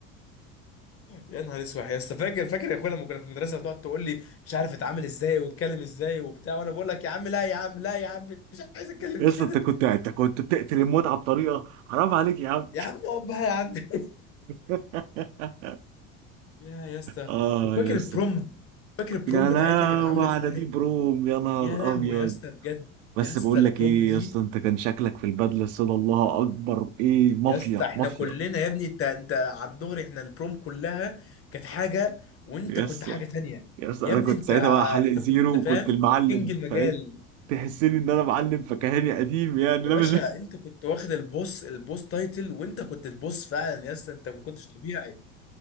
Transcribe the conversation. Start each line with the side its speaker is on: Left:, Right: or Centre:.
Left: يا نهار اسود يا اسطى فاكر فاكر يا اخويا لما كنا في المدرسه بتقعد تقول لي مش عارف اتعامل ازاي واتكلم ازاي وبتاع وانا بقول لك يا عم لا يا عم لا يا عم مش عايز اتكلم
Right: يس
Left: كده
Right: انت كنت
Left: <laughs>
Right: انت كنت بتقتل المتعه بطريقه حرام عليك يا عم
Left: يا عم اقعد بقى يا عم <laughs>
Right: <laughs>
Left: يا يا اسطى
Right: اه
Left: وفاكر
Right: يا
Left: البروم
Right: اسطى
Left: فاكر البروم
Right: يا
Left: بتاعتنا
Right: لهوي
Left: كانت عامله ازاي
Right: على دي بروم يا نهار
Left: يا لهوي
Right: ابيض
Left: يا اسطى بجد
Right: بس
Left: يا اسطى
Right: بقول
Left: البروم
Right: لك ايه
Left: دي
Right: يا اسطى انت كان شكلك في البدله الصدى الله اكبر ايه مافيا
Left: يا اسطى احنا
Right: مافيا
Left: كلنا يا ابني انت انت على الدغري احنا البروم كلها كانت حاجه وانت
Right: يا
Left: كنت
Right: اسطى
Left: حاجه تانية
Right: يا اسطى
Left: يا
Right: انا
Left: ابني
Right: كنت
Left: انت
Right: ساعتها بقى حالق
Left: انت
Right: زيرو
Left: كنت
Right: وكنت
Left: فاهم
Right: المعلم
Left: كينج المجال
Right: فاهم تحسني ان انا معلم فكهاني قديم يعني
Left: يا
Right: لا
Left: باشا
Right: مش <laughs>
Left: انت كنت واخد البوس البوس تايتل وانت كنت البوس فعلا يا اسطى انت ما كنتش طبيعي